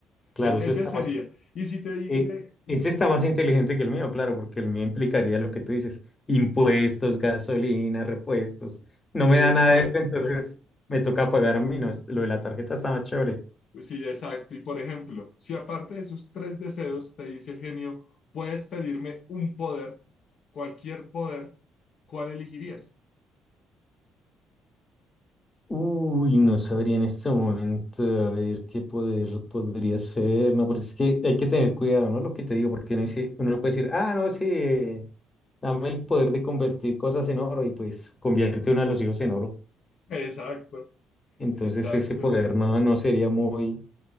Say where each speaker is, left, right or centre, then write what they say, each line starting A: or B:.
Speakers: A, on the left; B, on the left.
A: Claro,
B: Es-
A: ese
B: ese
A: está
B: sería.
A: más,
B: Y si te dice,
A: eh,
B: y
A: ese
B: si-
A: está más inteligente que el mío, claro, porque el mío implicaría lo que tú dices, impuestos, gasolina, repuestos. No
B: exacto.
A: me da nada de eso, entonces me toca pagar a mí, no, es- lo de la tarjeta está más chévere.
B: Pues Sí, exacto. Y por ejemplo, si aparte de esos tres deseos, te dice el genio, puedes pedirme un poder, cualquier poder, ¿cuál elegirías?
A: Uy, no sabría en este momento, a ver qué poder podría ser, no, porque es que hay que tener cuidado, ¿no? Lo que te digo, porque uno dice, uno no puede decir, ah, no, sí, eh, dame el poder de convertir cosas en oro y pues convierte uno a los hijos en oro.
B: <laughs> Exacto,
A: Entonces
B: exacto,
A: ese poder no, no sería muy...